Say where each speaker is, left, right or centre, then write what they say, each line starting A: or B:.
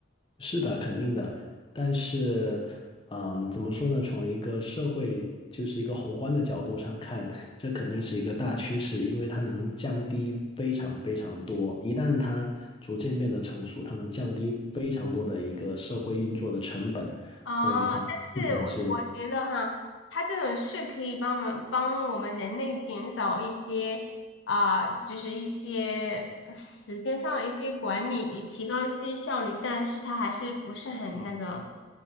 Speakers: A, on the left; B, on the left.
A: 是的，肯定的。但是，嗯，怎么说呢？从一个社会，就是一个宏观的角度上看，这肯定是一个大趋势，因为它能降低非常非常多。一旦它逐渐变得成熟，它能降低非常多的一个社会运作的成本，
B: 哦，
A: 所以它必然是，
B: 但是我我觉得哈，它这种是可以帮我们帮我们人类减少一些啊、就是一些呃时间上的一些管理，也提高一些效率，但是它还是不是很那个